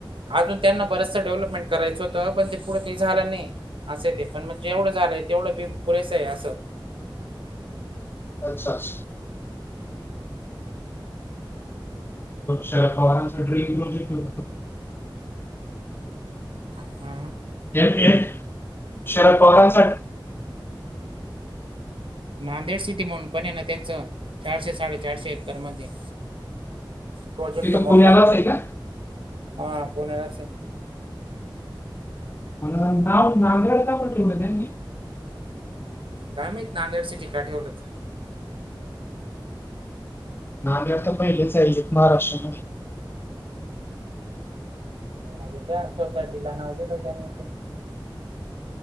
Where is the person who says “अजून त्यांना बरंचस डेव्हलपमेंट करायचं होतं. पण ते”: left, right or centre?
Right